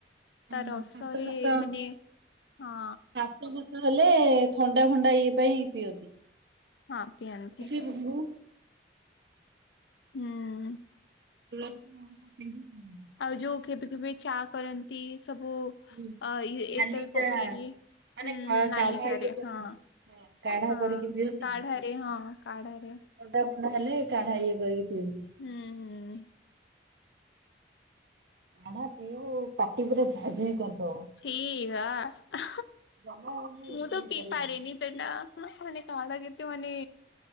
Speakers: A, on the right; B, on the left.
A: ହଁ
B: ତ ରସରେ
A: କାଶ ଫାଶ
B: ମାନେ ହଁ।
A: କାଶ। ଫାସ ହେଲେ ଥଣ୍ଡା, ଫଣ୍ଡା ଇଏ ପାଇଁ ପିଅନ୍ତି।
B: ହଁ ପିଅନ୍ତି।
A: ହବୁ
B: ହୁଁ।
A: ତୁଳସ <unintelligible>
B: ଆଉ ଯୋଉ କେବେ କେବେ ଚା କରନ୍ତି ସବୁ
A: ହୁଁ।
B: ଏଟା
A: ନାଲି
B: ବି
A: ଚା
B: ପକେଇକି। ହୁଁ,
A: ମାନେ କା
B: ହୁଁ ନାଲିଚାରେ
A: କାଢା ଇଏ କରିକି।
B: ହଁ।
A: କାଢା
B: ହଁ
A: କରିକି ପିଅନ୍ତିନି
B: କାଢାରେ ହଁ କାଢାରେ।
A: ଥଣ୍ଡା, ପଣ୍ଡା ହେଲେ କାଢା ଇଏ କରିକି ପିଅନ୍ତି।
B: ହୁଁ, ହୁଁ।
A: କାଢା ପିଉ ବୁ ପାଟି ପୁରା ଝାଇଁ ଝାଇଁ କରିଦବ।
B: ଛି, ଆ,
A: ଜମା ମାନେ
B: ମୁଁ
A: ପିଇ
B: ତ ପି
A: ପାରିବୁନି
B: ପାରେନି, ସେଟା ମାନେ କାଢା କେତେ ମାନେ